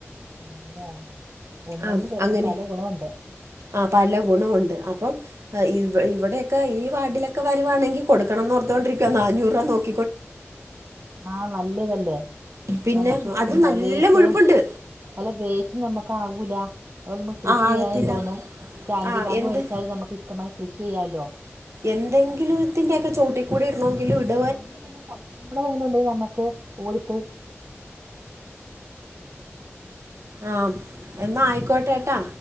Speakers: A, on the right; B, on the right.
A: <unintelligible> ഒന്നുകൊണ്ട്
B: ആഹ്
A: പ-
B: അങ്ങനെ
A: പല ഗുണമുണ്ട്
B: ആഹ് പല ഗുണവുണ്ട് അപ്പം ഇവ് ഇവടെ ക്കെ ഈ വാഡിലൊക്കെ വരുവാണെങ്കി കൊടുക്കണന്ന് ഓർത്തോണ്ടിരിക്കുവ നാനൂറ് രൂപ നോക്ക
A: ആഹ് നല്ലതല്ലേ
B: പിന്നെ
A: നമുക്ക്
B: അത് നല്ല
A: ആഹ് വേസ്റ്റുകളും
B: മുഴുപ്പുണ്ട്
A: അഹ് അല്ല വേസ് നമുക്ക് ആകൂല അപ്പൊ നമുക്ക് കൃഷി
B: ആ ആകത്തില്ല
A: ചെയ്യാനും തോന്നും കാൻഡി
B: ആ
A: ബാഗ്
B: എന്ത്
A: മേടിച്ചാലും നമുക്ക് ഇഷ്ടംമാരി കൃഷി ചെയ്യാലോ
B: എന്തെങ്കിലോക്കെ ഇത്ത്ന്റെയൊക്കെ ചോട്ടി കുടി ഇടണോങ്കിലും ഇട
A: ഒന്നുല്ലേലും പറ്റുമ്പളേലും ഒന്ന് നമ്മക്ക് ഓടിട്ട്
B: ആഹ് എന്നാ ആയിക്കോട്ടെട്ടാ